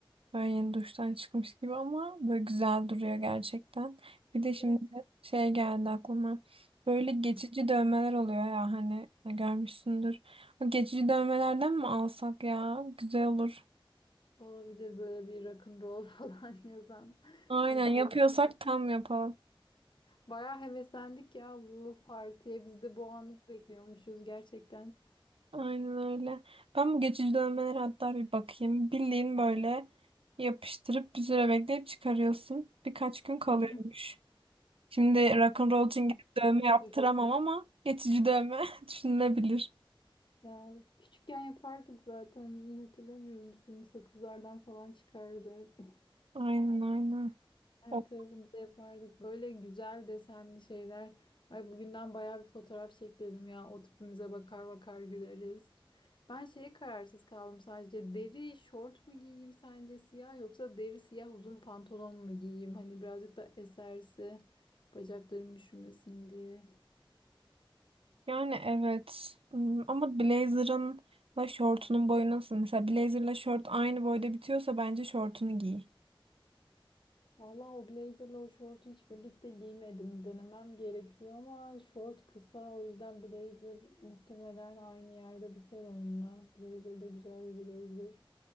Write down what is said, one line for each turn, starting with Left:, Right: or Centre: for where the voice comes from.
Right: Böyle yeni duştan çıkmış gibi ama böyle güzel duruyor gerçekten. Bir de şimdi
Left: Evet.
Right: şey geldi aklıma. Böyle geçici
Left: Hı.
Right: dövmeler oluyor ya hani e, görmüşsündür. O geçici dövmelerden mi alsak ya? Güzel olur.
Left: Olabilir böyle bir rock'n'roll <laughs> falan yazan.
Right: Aynen
Left: Ee,
Right: yapıyorsak
Left: Kol-
Right: tam yapalım.
Left: Bayağı heveslendik ya bu partiye. Biz de bu anı bekliyormuşuz gerçekten.
Right: Aynen öyle. Ben bu geçici dövmelere hatta bir bakayım. Bildiğin böyle yapıştırıp bir süre bekleyip çıkarıyorsun. Birkaç gün kalıyormuş.
Left: Hı
Right: Şimdi rock'n'roll için gidip dövme yaptıramam
Left: hı.
Right: ama geçici dövme <laughs> düşünülebilir.
Left: Ya küçükken yapardık zaten hatırlamıyor musun? Sakızlardan falan çıkardı. hep.
Right: Aynen aynen.
Left: Her
Right: O-
Left: tarafımıza yapardık. Böyle güzel desenli şeyler. Ay bugünden bayağı bir fotoğraf çekelim ya. O tipimize bakar bakar güleriz. Ben şeye kararsız kaldım sadece. Deri şort mu giyeyim sence siyah yoksa deri siyah uzun pantolon mu giyeyim? Hani birazcık da eserse bacaklarım üşümesin diye.
Right: Yani evet. Hmm, Ama blazer'ın da şortunun boyu nasıl? Mesela blazer'la şort aynı boyda bitiyorsa bence şortunu giy.
Left: Vallahi o blazerla o şortu hiç birlikte giymedim. Denemem gerekiyor ama şort kısa o yüzden blazer muhtemelen aynı yerde biter onunla. Blazer de güzel bir blazer.